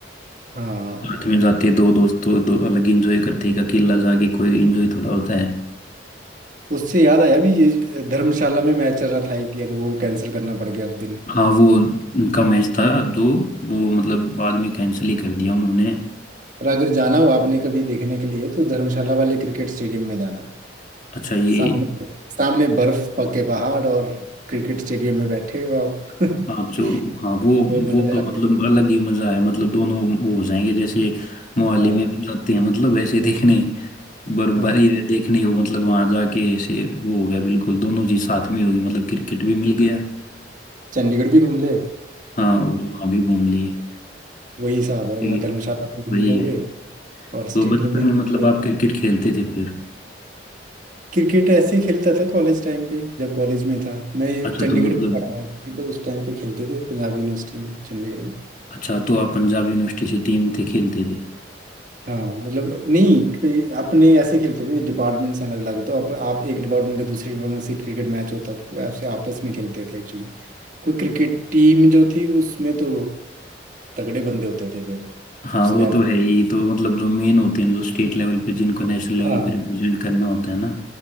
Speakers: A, on the right; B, on the left.
A: हाँ
B: साथ में जाते दो दोस्त तो दो अलग इंजॉय करते एक अकेला जाके कोई इंजॉय थोड़ा होता है
A: उससे याद आया भी ये धर्मशाला में मैच चल रहा था आईपीएल वो कैंसिल करना पड़ गया उस दिन
B: हाँ वो उनका मैच था जो वो मतलब बाद में कैंसिल ही कर दिया उन्होंने
A: पर अगर जाना हो आपने कभी देखने के लिए तो धर्मशाला वाले क्रिकेट स्टेडियम में जाना
B: अच्छा ये
A: सामने सामने बर्फ पके पहाड़ और क्रिकेट स्टेडियम में बैठे हो आप <laughs>
B: हाँ जो हाँ वो
A: वो मजा
B: वो तो मतलब
A: लग गए
B: अलग ही मजा है मतलब दोनों वो हो जाएंगे जैसे मोहाली
A: हाँ
B: में जाते हैं मतलब ऐसे देखने बर्फबारी
A: हाँ
B: देखने हो मतलब वहां जाके ऐसे वो हो गया बिल्कुल दोनों चीज साथ में होगी मतलब क्रिकेट भी मिल गया
A: चंडीगढ़ भी घूम ले
B: हाँ
A: हाँ
B: और वहां भी घूम लिए
A: वही हिसाब है वहाँ
B: ये
A: धर्मशाला में घूम
B: वही
A: लोगे
B: है
A: और स्टेडियम
B: तो बचपन
A: भी देख
B: में मतलब
A: लिए
B: आप क्रिकेट खेलते थे फिर
A: क्रिकेट ऐसे खेलता था कॉलेज टाइम पे जब कॉलेज में था मैं
B: अच्छा
A: चंडीगढ़
B: तो मतलब
A: में पढ़ा हूँ actually, तो उस टाइम पे खेलते थे पंजाब यूनिवर्सिटी में चंडीगढ़ में
B: अच्छा तो आप पंजाब यूनिवर्सिटी से टीम थे खेलते थे
A: हाँ मतलब नहीं पे- अपने ऐसे खेलते थे डिपार्टमेंट्स हैं अलग अलग तो आप, आप एक डिपार्टमेंट का दूसरे डिपार्टमेंट से क्रिकेट मैच होता था तो आपसे आपस में खेलते थे एक्चुअली कोई क्रिकेट टीम जो थी उसमें तो तगड़े बंदे होते थे फिर
B: हाँ
A: उस
B: वो
A: लेवल
B: तो है ही तो मतलब जो मेन होते हैं जो स्टेट लेवल पे जिनको नेशनल लेवल
A: हाँ
B: पे रिप्रेजेंट करना होता है ना